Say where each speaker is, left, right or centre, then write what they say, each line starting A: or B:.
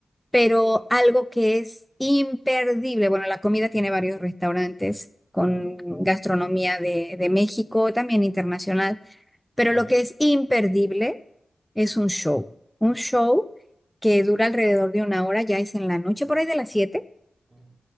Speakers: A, in the centre; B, on the right (about 30°).
A: pero algo que es imperdible. Bueno, la comida tiene varios restaurantes con
B: ujú,
A: gastronomía de, de México, también internacional, pero
B: Vale.
A: lo que es imperdible es un show, un show que dura alrededor de una hora, ya es en la noche, por ahí de las siete,
B: ujú,